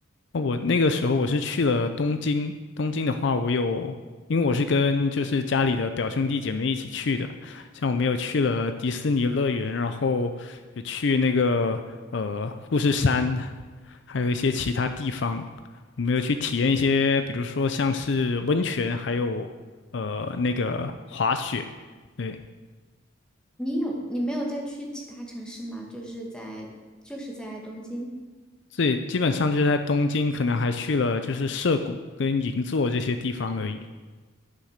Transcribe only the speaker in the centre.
你有，你没有再去其他城市吗？就是在，就是在东京。